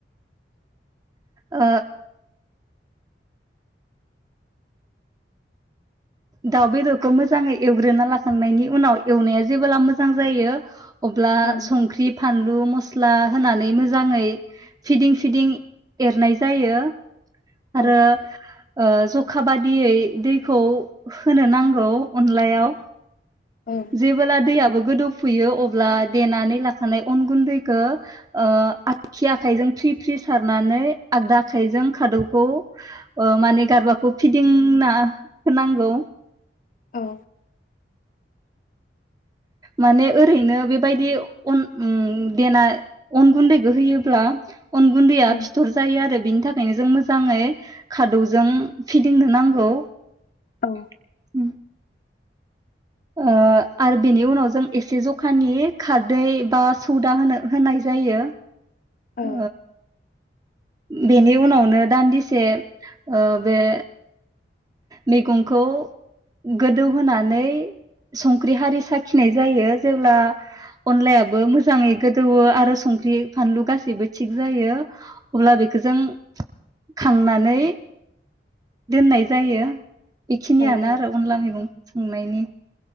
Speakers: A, on the right (about 20°); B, on the left (about 50°).
A: ओ दाउ बेदरखौ मोजाङै एवग्रोना लाखांनायनि उनाव एवनाया जेबोला मोजां जायो अब्ला
B: औ
A: संख्रि फानलु म मस्ला होनानै मोजाङै फिदिं फिदिं एरनाय जायो।
B: औ
A: आरो ओ जखा बादियै दैखौ होनो नांगौ अनलायाव
B: औ
A: जेबोला दैयाबो गोदौफुयो अब्ला देनानै लाखानाय अन गुन्दैखो ओ आगखि आखाइजों फ्रि फ्रि सारनानै आगदा आखाइजों खादौखौ ओ माने गारबाखौ फिदिंना होनांगौ।
B: औ
A: माने ओरैनो बेबायदि अन उम देना अन गुन्दैखौ होयोब्ला अन गुन्दैया
B: ओं
A: फिथर जायो आरो बिनि थाखायनो जों मोजां जाङै खादौजों फिदिंनो नांगौ उम
B: औ ओ
A: ओ आरो बेनि उनाव जों एसे जखानि खारदै बा सौदा होनो होनाय जायो ओ
B: औ
A: बेनि उनावनो दान्दिसे ओ बे मैगंखौ गोदौहोनानै संख्रि हारि साखिनाय जायो जेब्ला अनलायाबो मोजाङै गोदौवो आरो संख्रि फानलु गासैबो थिग जायो। अब्ला बेखौ जों खांनानै इ दोननाय जायो बेखिनियानो
B: औ
A: आरो अनला मैगंखौ संनायनि